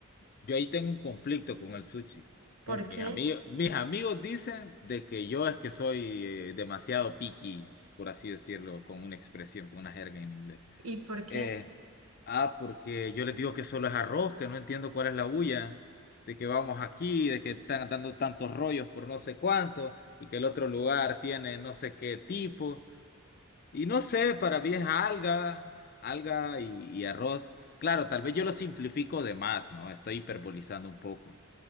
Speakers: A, on the left; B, on the right.
A: Yo ahí tengo un conflicto con el sushi.
B: ¿Por
A: Bueno, mis
B: qué?
A: amigos, mis amigos dicen de que yo es que soy eh, demasiado picky, por así decirlo, con una expresión, con una jerga en inglés.
B: ¿Y por qué?
A: Eh, ah, porque yo les digo que solo es arroz, que no entiendo cuál es la bulla, de que vamos aquí, de que están dando tantos rollos por no sé cuánto, y que el otro lugar tiene no sé qué tipo, y no sé, para mí es alga, alga y, y arroz. Claro, tal vez yo lo simplifico de más, ¿no? Estoy hiperbolizando un poco.